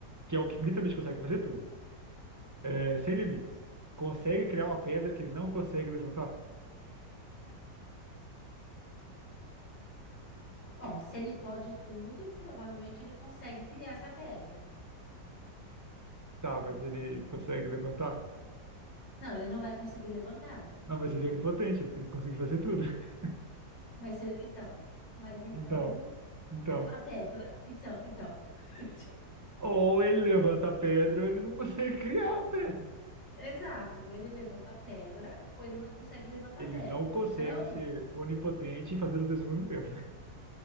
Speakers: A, on the right; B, on the left.
A: que é o que literalmente consegue fazer tudo, é, sem limites. Consegue criar uma pedra que ele não consegue levantar?
B: Bom, se ele pode tudo, provavelmente ele consegue criar essa pedra.
A: Tá, mas ele consegue levantar?
B: Não, ele não vai conseguir levantar.
A: Não, mas ele é onipotente, ele tem que conseguir fazer tudo. <laughs>
B: Mas se- então, mas então
A: Então, então.
B: a, fa- a pedra, então, então. <laughs>
A: Ou ele levanta a pedra, ou ele não <laughs> consegue criar a pedra.
B: Exato, ou ele levanta a pedra ou ele não consegue levantar
A: Ele
B: a pedra.
A: não consegue
B: Então,
A: ser onipotente e fazer os dois ao mesmo tempo. <laughs>